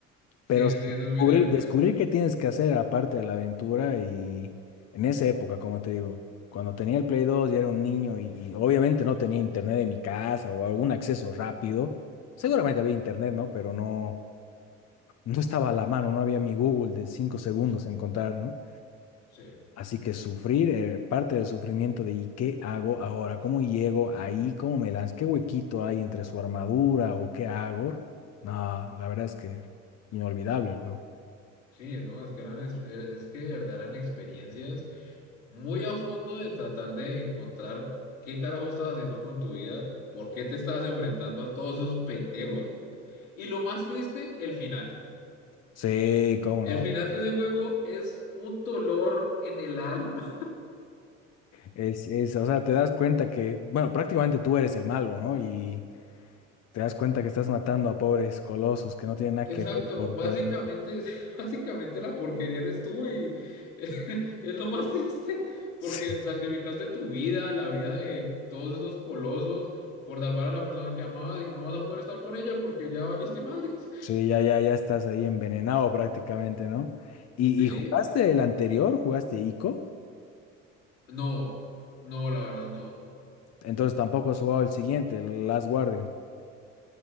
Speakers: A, on the left; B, on the left.
A: sí,
B: Pero sí,
A: sí, sí, eso es
B: descubrir,
A: muy divertido,
B: descubrir
A: sí.
B: qué tienes que hacer aparte de la aventura y en esa época, como te digo, cuando tenía el Play 2 y era un niño y, y obviamente no tenía internet en mi casa o algún acceso rápido, seguramente había internet, ¿no? Pero no, no estaba a la mano, no había mi Google de 5 segundos en encontrar, ¿no?
A: Sí,
B: Así que sufrir, eh, parte del sufrimiento de ¿y qué hago ahora? ¿Cómo llego ahí? ¿Cómo me lanzo? ¿Qué huequito hay entre su armadura o qué hago? No, la verdad es que inolvidable el juego.
A: sí, no, es que eran, es, e, es que de verdad eran experiencias muy a fondo de tratar de encontrar qué carajo estabas haciendo con tu vida, por qué te estabas enfrentando a todos esos pendejos Y lo más triste, el final.
B: Sí, cómo
A: El
B: no.
A: final de ese juego es un dolor en el alma.
B: Es, es, o sea, te das cuenta que, bueno, prácticamente tú eres el malo, ¿no? Y te das cuenta que estás matando a pobres colosos que no
A: <laughs>
B: tienen nada
A: Exacto,
B: que ver por
A: básicamente,
B: todo. <laughs>
A: <laughs> básicamente la porquería eres tú y <laughs> es lo más triste porque
B: Sí,
A: sacrificaste tu vida, la vida de todos esos colosos por salvar a la persona que amabas y no vas a poder estar con ella porque ya valiste madres. <laughs>
B: sí, ya, ya, ya estás ahí envenenado prácticamente, ¿no? ¿Y,
A: Sí,
B: y jugaste el anterior? ¿Jugaste Ico?
A: no, no, la verdad no.
B: Entonces tampoco has jugado el siguiente, el Last Guardian.